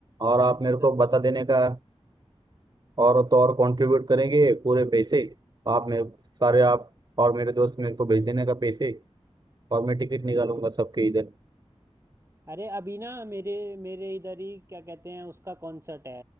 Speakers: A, on the right (about 40°); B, on the right (about 25°).
A: और
B: जरूर
A: आप मेरे
B: जरूर
A: को बता देने का और तो और कंट्रीब्यूट करेंगे पूरे पैसे आप मेरे सारे आप और मेरे दोस्त मेरे को भेज देने का पैसे और मैं टिकट निकालूंगा सबके इधर
B: अरे अभी ना मेरे मेरे इधर ही क्या कहते हैं उसका कॉन्सर्ट है